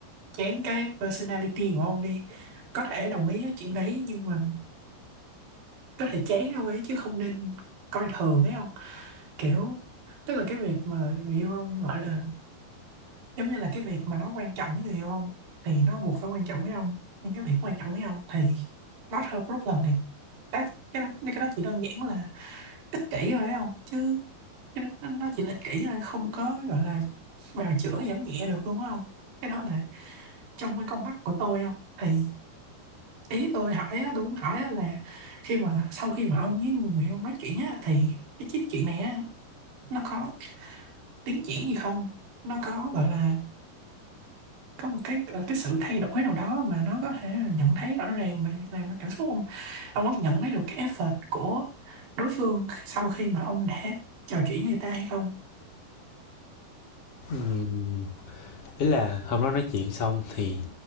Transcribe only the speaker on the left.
Ừm, ý là hôm đó nói chuyện xong thì